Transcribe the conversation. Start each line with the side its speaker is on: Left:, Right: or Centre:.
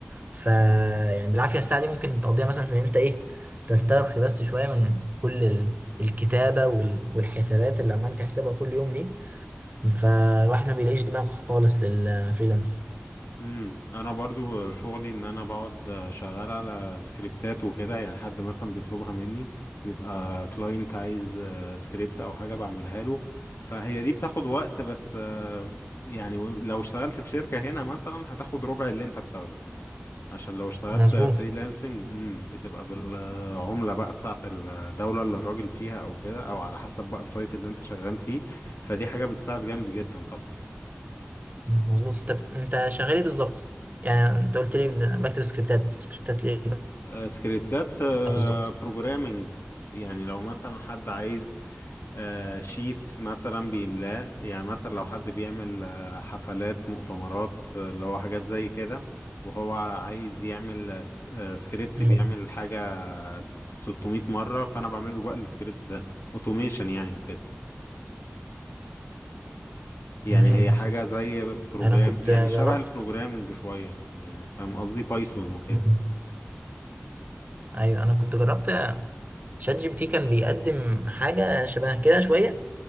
Right: ف يعني بالعافيه الساعه دي ممكن تقضيها مثلا في ان انت ايه تسترخي بس شويه من كل ال... الكتابه وال... والحسابات اللي عمال تحسبها طول اليوم دي فالواحد ما بيلاقيش دماغ خالص للفريلانس
Left: امم انا برضو شغلي ان انا بقعد شغال على سكريبتات وكده يعني حد مثلا بيطلبها مني بيبقى كلاينت عايز آه، سكريبت او حاجة بعملها له فهي دي بتاخد وقت بس آه، يعني لو اشتغلت في شركة هنا مثلا هتاخد ربع اللي انت بتاخده عشان لو اشتغلت
Right: مظبوط
Left: فريلانسنج امم بتبقى بالعملة بقى بتاعت الدولة اللي الراجل فيها او كده او على حسب بقى السايت اللي انت شغال فيه فدي حاجة بتساعد جامد جدا طبعا
Right: مظبوط طب انت شغال ايه بالظبط يعني انت قلت لي بكتب سكريبتات سكريبتات ليه بقى
Left: آه، سكريبتات
Right: بالظبط
Left: بروجرامنج يعني لو مثلا حد عايز آه، شيت مثلا بيملاه يعني مثلا لو حد بيعمل آه، حفلات مؤتمرات آه، اللي هو حاجات زي كده وهو عايز يعمل آه، س- آه، سكريبت
Right: مم.
Left: بيعمل حاجة 600 مرة فأنا بعمله بقى السكريبت ده اوتوميشن يعني وكده يعني
Right: مم.
Left: هي حاجة زي بروجرام
Right: انا كنت
Left: يعني
Right: جربت
Left: شبه البروجرامنج شوية يعني فاهم قصدي بايثون وكده
Right: مم. ايوه انا كنت جربت شات جي بي تي كان بيقدم حاجه شبه كده شويه